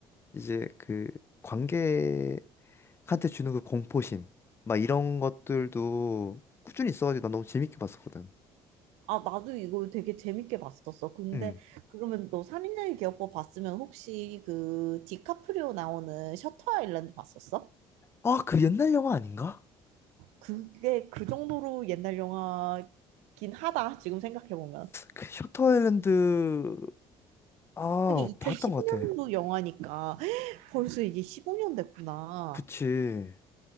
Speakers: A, on the left; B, on the right.
A: 이제 그 관계 한테 주는 그 공포심 막 이런 것들도 꾸준히 있어가지고 난 너무 재밌게 봤었거든.
B: 아, 나도 이거 되게 재밌게 봤었어. 근데
A: 음.
B: 그러면 너 살인자의 기억법 봤으면 혹시 그 디카프리오 나오는 셔터 아일랜드 봤었어?
A: 아, 그 옛날 영화 아닌가?
B: 그게 그 정도로 옛날 영화긴 하다. 지금 생각해보면.
A: 그 셔터 아일랜드 아,
B: 하긴 2010년도
A: 봤던 것 같아.
B: 영화니까 <gasps> <laughs> 벌써 이게 15년 됐구나.
A: 그치.